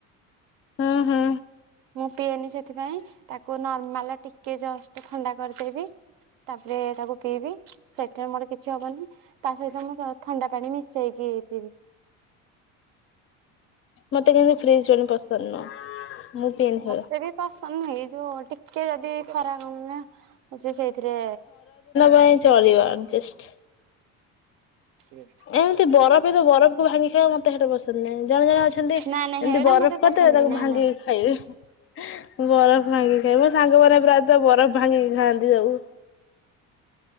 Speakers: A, on the left (about 40°); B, on the right (about 75°).
A: ହୁଁ ହୁଁ।
B: ମୁଁ ପିଏନି ସେଥିପାଇଁ ତାକୁ ନର୍ମାଲ ଟିକେ ଜଷ୍ଟ ଥଣ୍ଡା କରିଦେବି ତାପରେ ତାକୁ ପିଇବି। ସେଥିରେ ମୋର କିଛି ହବନି ତା ସହିତ ମୁଁ ଥଣ୍ଡା ପାଣି ମିଶେଇକି ପିଇବି।
A: ମତେ କିନ୍ତୁ ଫ୍ରିଜ ପାଣି ପସନ୍ଦ ନୁହଁ। ମୁଁ ପିଏନି ସେଗୁରା।
B: ମତେ ବି ପସନ୍ଦ ନୁହେଁ ଏଇ ଯୋଉ ଟିକେ ଯଦି ଖରା କମିଲା ଅଛି ସେଇଥିରେ
A: ସେଥିପାଇଁ ଚଳିବ ଆଡଜେଷ୍ଟ।
B: ହଁ।
A: ଏମିତି ବରଫ ରୁ ବରଫକୁ ଭାଙ୍ଗି ଖାଇବା ମତେ ସେଇଟ ପସନ୍ଦ ନାହିଁ ଜଣେ ଜଣେ ଅଛ ଛନ୍ତିି ଏମିତି
B: ନା ନା ହେଡା
A: ବରଫ
B: ମତେ
A: କରିଦେବେ
B: ପସନ୍ଦ
A: ତାକୁ
B: ବି ନା
A: ଭାଙ୍ଗିକି
B: ନା
A: ଖାଇବେ ବରଫ ଭାଙ୍ଗିକି ଖାଇବେ ମୋ ସାଙ୍ଗ ମାନେ ପ୍ରାୟତଃ ବରଫ ଭାଙ୍ଗିକି ଖାଆନ୍ତି ସବୁ।